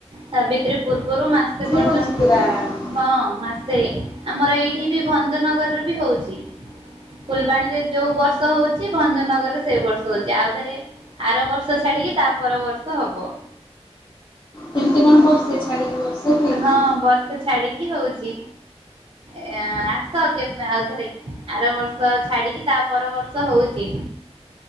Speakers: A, on the right; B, on the left.
A: ସାବିତ୍ରୀ ପୂର୍ବରୁ ମାସେ। ସେ ପର୍ଯ୍ୟନ୍ତ
B: ହଉଛି ପୁରା ମେଳାଟା।
A: ହଁ ମାସ ସେ ଆମର ଏଇଠି ବି ଭଞ୍ଜନଗରରେ ବି ହଉଛି। ଫୁଲବାଣୀରେ ଯୋଉ ବର୍ଷ ହଉଛି ଭଞ୍ଜନଗରରେ ସେଇ ବର୍ଷ ହଉଛି ଆଉଥରେ ଆର ବର୍ଷ ଛାଡିକି ତା ପର ବର୍ଷ ହବ।
B: ସେମିତି କଣ ବସେ ଛାଡିକି ବର୍ଷେ ହୁଏ
A: ହଁ
B: କି?
A: ବର୍ଷେ ଛାଡିକି ହଉଛି ଏ ଆସ କେବେ ଆଉଥରେ ଆର ବର୍ଷ ଛାଡିକି ତା ପର ବର୍ଷ ହଉଛି